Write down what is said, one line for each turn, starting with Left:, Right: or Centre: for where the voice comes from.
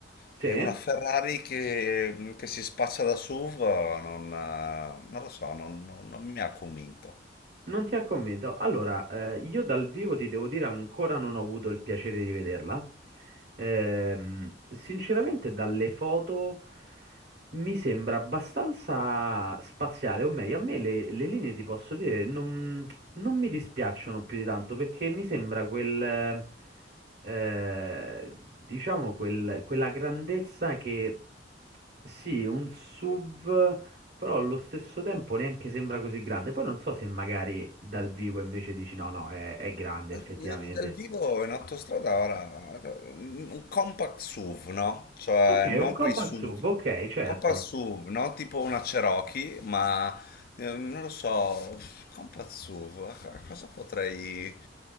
Right: sì,
Left: e una Ferrari che, che si spaccia da SUV, eh, non, eh, non lo so, non, non- non mi ha convinto.
Right: non ti ha convinto. Allora, eh, io dal vivo ti devo dire ancora non ho avuto il piacere di vederla. Ehm, sinceramente, dalle foto mi sembra abbastanza spaziale, o meglio, a me le, le linee ti posso dire, non, Non mi dispiacciono più di tanto perché mi sembra quel, eh, diciamo, quel- quella grandezza che sì, un SUV, però allo stesso tempo neanche sembra così grande. Poi non so se magari dal vivo invece dici no, no, è, è grande
Left: Eh,
Right: effettivamente.
Left: Dal vivo in autostrada ora eh, un compact SUV, no? Cioè
Right: Ok,
Left: non
Right: un compact
Left: quei SUV,
Right: SUV, ok, certo.
Left: compact SUV, no? Tipo una Cherokee, ma eh, non lo so, compact SUV, a a cosa potrei,